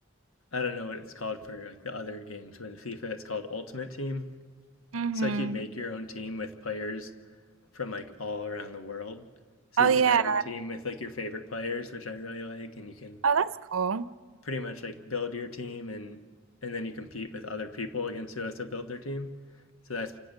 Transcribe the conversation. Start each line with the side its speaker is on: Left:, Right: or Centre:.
Left: I don't know what it's called for like the other games, but in FIFA it's called Ultimate Team.
Right: hmm
Left: It's like you make your own team with players from like all around the world. So
Right: Oh
Left: you
Right: yeah.
Left: can have a team with like your favorite players, which I really like, and you can
Right: Oh, that's cool.
Left: pretty much like build your team and and then you compete with other people against who also built their team. So that's